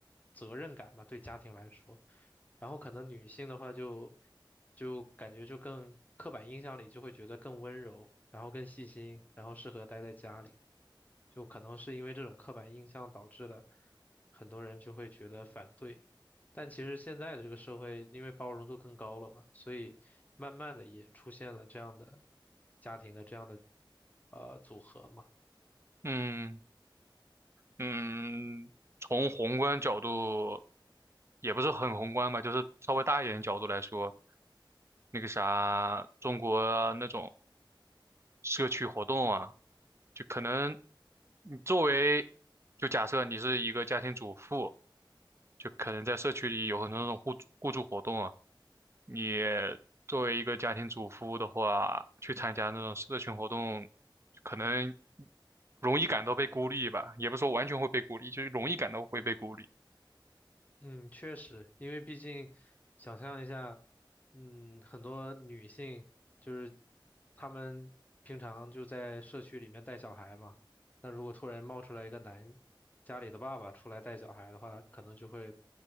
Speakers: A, on the left; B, on the right.
A: 责任感嘛，对家庭来说。然后可能女性的话就就感觉就更刻板印象里就会觉得更温柔，然后更细心，然后适合待在家里，就可能是因为这种刻板印象导致了很多人就会觉得反对。但其实现在的这个社会，因为包容度更高了嘛，所以慢慢的也出现了这样的家庭的这样的呃组合嘛。
B: 嗯嗯，从宏观角度也不是很宏观吧，就是稍微大一点的角度来说，那个啥，中国那种社区活动啊。就可能你作为，就假设你是一个家庭主妇，就可能在社区里有很多那种互助互助活动啊。你作为一个家庭主妇的话，去参加那种社群活动，可能容易感到被孤立吧，也不是说完全会被孤立，就是容易感到会被孤立。
A: 嗯，确实，因为毕竟想象一下，嗯，很多女性就是她们平常就在社区里面带小孩嘛，那如果突然冒出来一个男家里的爸爸出来带小孩的话，可能就会